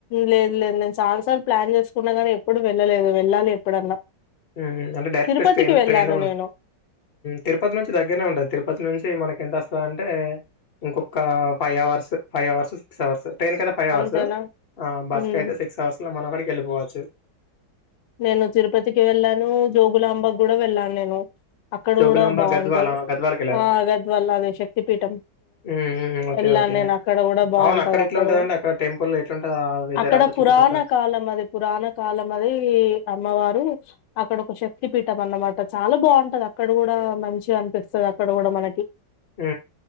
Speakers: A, on the left (about 75°); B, on the left (about 45°).
A: లేదు లేదు నేను చాలాసార్లు ప్లాన్ చేసుకున్నా కాగానీ ఎప్పుడు వెళ్ళలేదు ఎల్ాల ఎప్పుడన్నా
B: ఉ అంటే డైరెక్ట్
A: తిరుపతికి
B: స్టైన్
A: వెళ్ళాను
B: ట్రైన్ లో ఉ
A: నేను
B: తిరుపతి నుంచి దగ్గరనే ఉంటది తిరుపతి నుంచి మనకి ఎంత వస్తుంద అంటే ఇంకొక five hours five hours six hours train కయితే ఫైవ్ అవర్స్
A: అంతేనా
B: అ బస్
A: ఉమ్
B: కయితే సిక్స్ అవర్స్ లో మనం అక్కడికి వెళ్ళిపోవచ్చు
A: నేను తిరుపతికి వెళ్ళాను జోగులాంబా కూడా వెళ్ళాను నేను అక్కడ
B: జోగులాంబ
A: కూడా బాగుంటది.
B: గద్వాల గద్వాలకి వెళ్ళారా
A: ఆ ఆగద్ వల్ల అది శక్తి పీఠం
B: హ్మ్ హ్మ్ ఓకే
A: వెళ్ళాను
B: ఓకే
A: నేను అక్కడ కూడా బాగుంటది.
B: అవును ఎట్లా
A: అక్కడ
B: ఉంటదండి
A: కూడ
B: టెంపుల్ ఎట్లుంటది ఆ వెదర్
A: అక్కడ
B: అంతా చుట్టుపక్కల
A: పురాణ కాలం అది పురాణ కాలం అది. అమ్మవారు అక్కడ ఒక శక్తి పీఠం అన్నమాట చాలా బాగుంటది అక్కడ కూడా మంచిగ అనిపిస్తది అక్కడ కూడా మనకి.
B: ఉ